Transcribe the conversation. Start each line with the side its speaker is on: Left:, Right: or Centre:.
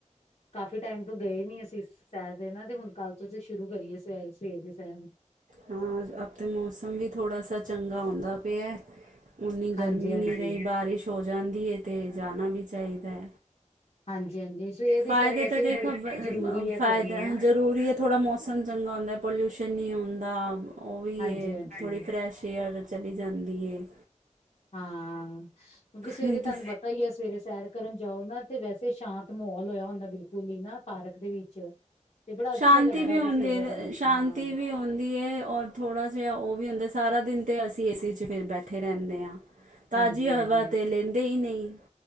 Left: ਕਾਫੀ ਟਾਈਮ ਤੋਂ ਗਏ ਨੀ ਅਸੀਂ ਸੈਰ ਦੇ ਨਾ ਤੇ ਹੁਨ ਕੱਲ ਤੋਂ ਅਸੀਂ ਸ਼ੁਰੂ ਕਰੀਏ ਸਵੇ ਸਵੇਰ ਦੀ ਸੈਰ।
Right: ਹਾਂ ਅਬ ਤੇ ਮੌਸਮ ਵੀ ਥੋੜ੍ਹਾ ਸਾ ਚੰਗਾ ਹੁਂਦਾ ਪਿਐ। ਉਨੀ
Left: ਹਾਂਜੀ
Right: ਗਰਮੀ
Left: ਹਾਂਜੀ
Right: ਨੀ ਰਹੀ ਬਾਰਿਸ਼ ਹੋ ਜਾਂਦੀ ਏ ਤੇ ਜਾਨਾ ਵੀ ਚਾਹੀਦੈ।
Left: ਹਾਂਜੀ ਹਾਂਜੀ ਸਵੇਰ ਦੀ
Right: ਫਾਇਦੇ
Left: ਸੈਰ ਵੈਸੇ
Right: ਤਾਂ ਦੇਖੋ
Left: ਵੀ ਬੜੀ
Right: ਬ
Left: ਜ਼ਰੂਰੀ
Right: ਮ
Left: ਹੈ
Right: ਫਾਇਦ
Left: ਕਰਨੀ ਨਾ
Right: ਜ਼ਰੂਰੀਅਤ ਥੋੜ੍ਹਾ ਮੌਸਮ ਚੰਗਾ ਹੁੰਦੈ ਪੋਲੂਸ਼ਨ ਨੀ ਹੁੰਦਾ ਓਹ ਵੀ
Left: ਹਾਂਜੀ
Right: ਏ
Left: ਹਾਂਜੀ
Right: ਥੋੜੀ ਫਰੈਸ਼ ਏਅਰ ਚਲੀ ਜਾਂਦੀ ਏ।
Left: ਹਾਂ ਕਿਉਂਕਿ ਸਵੇਰੇ
Right: ਨਹੀਂ
Left: ਤੁਹਾਨ
Right: ਤਾਂ
Left: ਪਤਾ ਹੀ ਐ ਸਵੇਰੇ ਸੈਰ ਕਰਨ ਜਾਓ ਨਾ ਤੇ ਵੈਸੇ ਸ਼ਾਂਤ ਮਹੌਲ ਹੋਯੈ ਹੁੰਦੈ ਬਿਲਕੁਲ ਹੀ ਨਾ ਪਾਰਕ ਦੇ ਵਿੱਚ। ਤੇ ਬੜਾ ਅੱਛਾ
Right: ਸ਼ਾਂਤੀ
Left: ਲੱਗਦੈ
Right: ਵੀ ਹੁੰਦੀ
Left: ਫੇਰ ਸੇਵਾ
Right: ਹੈ
Left: ਕਰਨਾ
Right: ਸ਼ਾਂਤੀ
Left: ਹਾਂ।
Right: ਵੀ ਹੁੰਦੀ ਏ ਔਰ ਥੋੜਾ ਜੇਹਾ ਓਹ ਵੀ ਹੁੰਦੈ ਸਾਰਾ ਦਿਨ ਤੇ ਅਸੀਂ ਏ ਸੀ ਚ ਫਿਰ ਬੈਠੇ ਰੈੰਦੇ ਆਂ। ਤਾਜ਼ੀ
Left: ਹਾਂਜੀ
Right: ਹਵਾ
Left: ਹਾਂਜੀ ਹਾਂਜੀ
Right: ਤੇ ਲੇੰਦੇ ਹੀ ਨਹੀਂ।